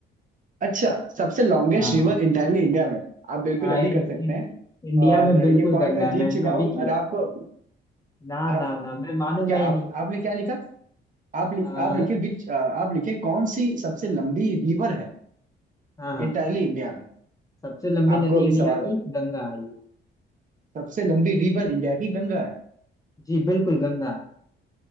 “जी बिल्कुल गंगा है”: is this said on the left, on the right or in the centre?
Left